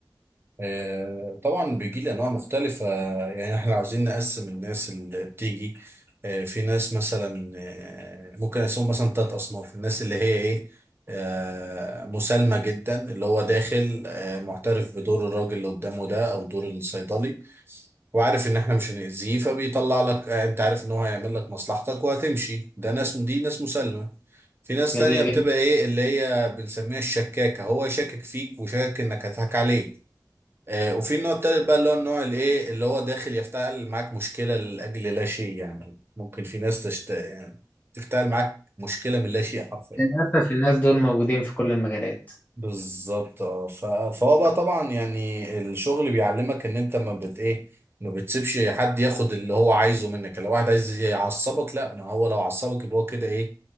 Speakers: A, on the right; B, on the left.
A: آه، طبعا بيجي لي انواع مختلفه آه، يعني احنا عاوزين نقسم الناس اللي بتيجي آه، في ناس مثلا آه، ممكن اسمهم مثلا تلات اصناف الناس اللي هي ايه آه، مسالمه جدا اللي هو داخل آه، معترف بدور الراجل اللي قدامه ده او دور الصيدلي وعارف ان احنا مش هنأذيه فبيطلع لك آه، انت عارف ان هو هيعمل لك مصلحتك وهتمشي ده ناس دي ناس مسالمه في ناس
B: جميل
A: تانية بتبقى
B: جدا
A: ايه اللي هي بنسميها الشكاكة هو يشكك فيك وشاكك انك هتضحك عليه آه، وفي النوع التالت بقى اللي هو النوع الايه اللي هو داخل يفتعل معاك مشكله لاجل لا شيء يعني ممكن في ناس تشت يعني تفتعل معاك مشكله من لا شيء حرفيا
B: للأسف الناس دول موجودين في كل المجالات
A: بالظبط اه ف- فهو بقى طبعا يعني الشغل بيعلمك ان انت ما بت ايه ما بتسيبش حد ياخد اللي هو عايزه منك لو واحد عايز يعصبك لا ما هو لو عصبك يبقى هو كده ايه